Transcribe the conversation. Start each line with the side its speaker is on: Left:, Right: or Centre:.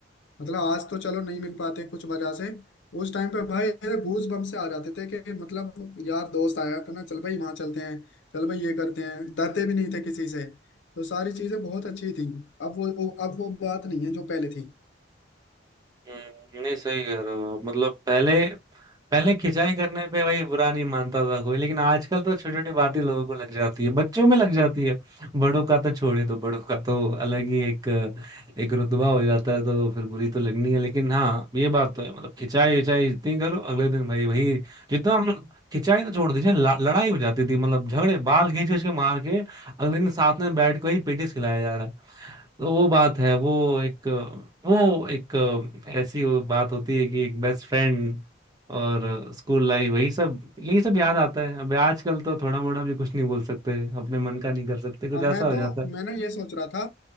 Left: मतलब आज तो चलो नहीं मिल पाते कुछ वजह से उस टाइम पे भाई गूज बम से आ जाते थे कि मतलब यार दोस्त आया तो ना चल भाई वहां चलते हैं चल भाई ये करते हैं डरते भी नहीं थे किसी से तो सारी चीजें बहुत अच्छी थी अब वो, वो अब वो बात नहीं है जो पहले थी
Right: हम्म, नहीं सही कह रहे हो आप मतलब पहले पहले खिंचाई करने पे भाई बुरा नहीं मानता था कोई लेकिन आजकल तो छोटी छोटी बात ही लोगों को लग जाती है बच्चों में लग जाती है बड़ों का तो छोड़ ही दो बड़ों का तो अलग ही एक एक रुतबा हो जाता है तो फिर बुरी तो लगनी है लेकिन हाँ ये बात तो है मतलब खिंचाई विंचाई जितनी करो अगले दिन भाई वही जितना हम खिंचाई तो छोड़ दीजिए ल- लड़ाई हो जाती थी मतलब झगड़े बाल खींच खींच के मार के अगले दिन साथ में बैठ के ही पेटिस खिलाया जा रहा है तो वो बात है वो एक वो एक ऐसी वो बात होती है कि एक बेस्ट फ्रेंड और स्कूल लाइफ वही सब यही सब याद आता है अब आजकल तो थोड़ा मोड़ा भी कुछ नहीं बोल सकते अपने मन का नहीं कर सकते कुछ
Left: हाँ मैं
Right: ऐसा हो
Left: तो
Right: जाता है
Left: मैं ना ये सोच रहा था